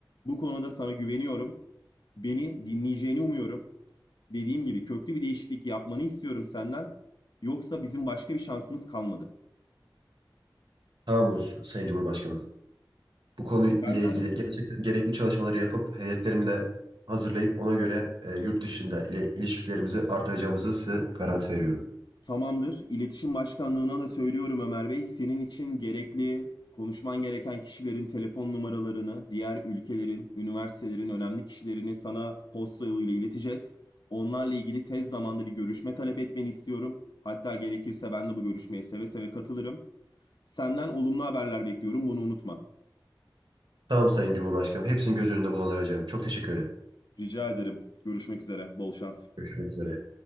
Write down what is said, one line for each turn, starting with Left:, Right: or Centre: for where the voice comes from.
Left: Bu konuda sana güveniyorum. Beni dinleyeceğini umuyorum. Dediğim gibi köklü bir değişiklik yapmanı istiyorum senden. Yoksa bizim başka bir şansımız kalmadı.
Right: Tamamdır Sayın Cumhurbaşkanım. Bu konu ile
Left: Senden
Right: ilgili gerçekten gerekli çalışmaları yapıp heyetlerimi de hazırlayıp ona göre e, yurt dışında ile ilişkilerimizi artıracağımızı size garanti veriyorum.
Left: Tamamdır. İletişim Başkanlığı'na da söylüyorum Ömer Bey. Senin için gerekli, konuşman gereken kişilerin telefon numaralarını, diğer ülkelerin, üniversitelerin önemli kişilerini sana posta yoluyla ileteceğiz. Onlarla ilgili tez zamanda bir görüşme talep etmeni istiyorum. Hatta gerekirse ben de bu görüşmeye seve seve katılırım. Senden olumlu haberler bekliyorum, bunu unutma.
Right: Tamam Sayın Cumhurbaşkanım. Hepsini göz önünde bulunduracağım. Çok teşekkür ederim.
Left: Rica ederim. Görüşmek üzere. Bol şans.
Right: Görüşmek üzere.